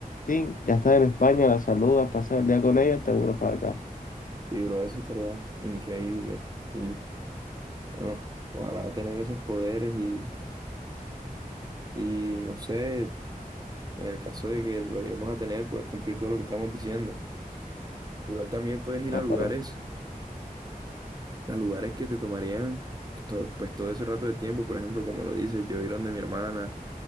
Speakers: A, on the left; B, on the right.
A: sí, ya estás en España, la saludas, pasas el día con ella, te vuelves para acá,
B: y, bro, eso estaría increíble. Y bueno, ojalá tener esos poderes y, y no sé, en el caso de que lo lleguemos a tener, poder cumplir todo lo que estamos diciendo. Igual también puedes ir
A: ah,
B: a lugares,
A: pero
B: a lugares que te tomarían to- pues todo ese rato de tiempo. Por ejemplo, como lo dices, yo ir donde mi hermana,